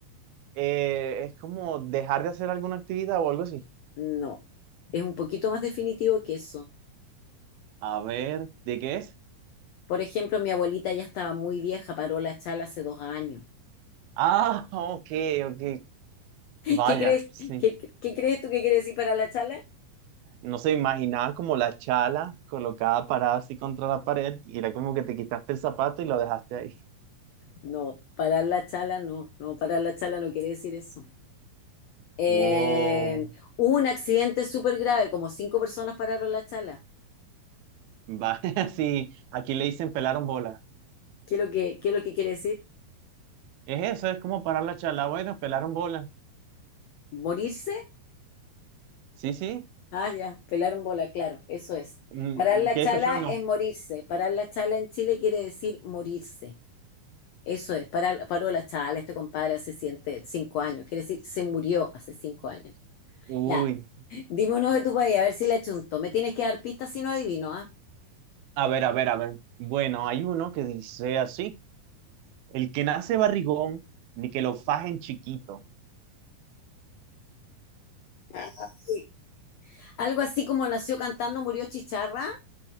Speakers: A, on the right; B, on the left.
A: eh, es como dejar de hacer alguna actividad o algo así.
B: No, es un poquito más definitivo que eso.
A: A ver, ¿de qué es?
B: Por ejemplo, mi abuelita ya estaba muy vieja, paró la chala hace dos años.
A: Ah, <laughs> ok, ok,
B: <laughs>
A: vaya,
B: ¿Qué crees,
A: sí.
B: qué, qué crees tú que quiere decir parar la chala?
A: No se imaginaba como la chala colocada parada así contra la pared y era como que te quitaste el zapato y lo dejaste ahí.
B: No, parar la chala no, no, parar la chala no quiere decir eso. Eh,
A: Wow,
B: hubo un accidente súper grave, como cinco personas pararon la chala.
A: vaya, <laughs> sí, aquí le dicen pelaron bola.
B: ¿Qué es lo que, qué es lo que quiere decir?
A: Es eso, es como parar la chala, bueno, pelaron bola.
B: ¿Morirse?
A: Sí, sí.
B: Ah, ya, pelaron bola, claro, eso es.
A: Mm,
B: Parar la
A: mm, ¿Quieres
B: chala
A: escuchar uno?
B: es morirse. Parar la chala en Chile quiere decir morirse. Eso es, parar, paró la chala, este compadre hace siete- cinco años, quiere decir, se murió hace cinco años.
A: Uy,
B: Ya, dime uno de tu país, a ver si la chunto. Me tienes que dar pistas si no adivino, ¿ah?
A: A ver, a ver, a ver. Bueno, hay uno que dice así: El que nace barrigón, ni que lo fajen chiquito.
B: Ay. Algo así como nació cantando, murió chicharra,